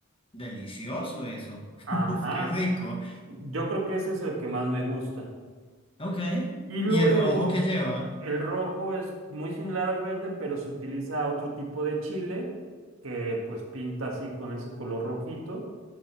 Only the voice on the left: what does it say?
Delicioso eso.
<laughs> Uf, qué rico.
Ok.
¿Y el rojo que lleva?